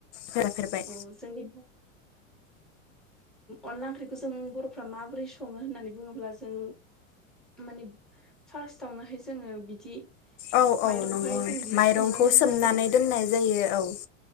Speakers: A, on the left; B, in the centre.
A: बेयो होफेरबाय
B: औ जोंनि अनला ओंख्रिखौ जों बर'फ्रा माबोरै सङो होननानै बुङोब्ला जों माने फार्स्टावनोहाय जोङो बिदि
A: औ औ
B: माइरंखौहाय
A: नंगौ
B: जों बिदि
A: माइरंखौ
B: सोमना दोनो
A: सोमनानै
B: आरो
A: दोननाय जायो औ